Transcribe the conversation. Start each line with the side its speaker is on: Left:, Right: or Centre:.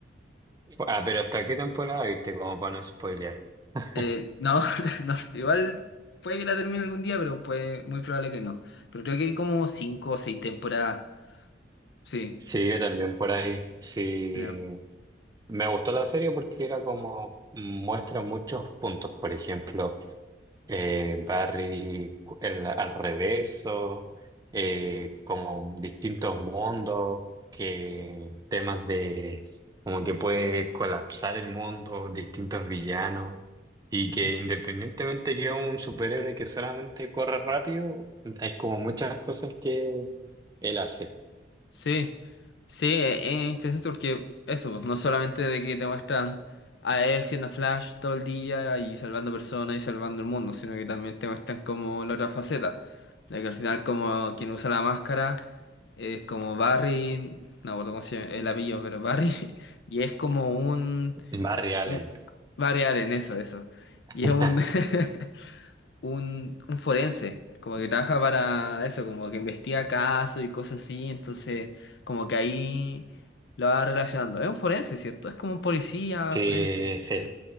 Right: ah, pero ¿hasta qué temporada viste? Como para no spoilear. <laughs>
Left: Eh, no, <laughs> no, sé, igual puede que la termine algún día, pero puede, muy probable que no. Pero creo que hay como cinco o seis temporadas. Sí,
Right: Sí, yo también por ahí. Sí,
Left: ya.
Right: me gustó la serie porque era como muestra muchos puntos, por ejemplo, eh, Barry cu- el- al reverso, eh, como distintos mundos, que temas de como que puede colapsar el mundo, distintos villanos, y que
Left: S-
Right: independientemente que es un superhéroe que solamente corre rápido, hay como muchas cosas que él hace.
Left: Sí, sí, e- es interesante porque eso, pues, no solamente de que te muestran a él siendo Flash todo el día y salvando personas y salvando el mundo, sino que también te muestran como la otra faceta, de que al final como quien usa la máscara es como Barry, no me acuerdo cómo se llama el apellido, pero Barry, <laughs> y es como un
Right: Barry Allen.
Left: un- variar en eso, eso.
Right: <laughs>
Left: Y es un, <laughs> un, un forense, como que trabaja para eso, como que investiga casos y cosas así, entonces como que ahí lo va relacionando. Es un forense, ¿cierto? Es como un policía
Right: Sí,
Left: forense,
Right: sí.
Left: sí,